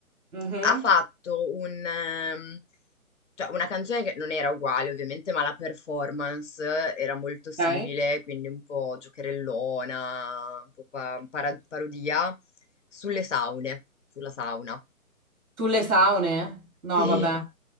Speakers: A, on the right; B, on the left.
A: mhm,
B: ha fatto un, ehm, cioè una canzone che non era uguale ovviamente, ma la performance era molto simile,
A: ok.
B: quindi un po' giocherellona, un po' pa- para- parodia sulle saune, sulla sauna.
A: Sulle saune? No,
B: Sì,
A: vabbè.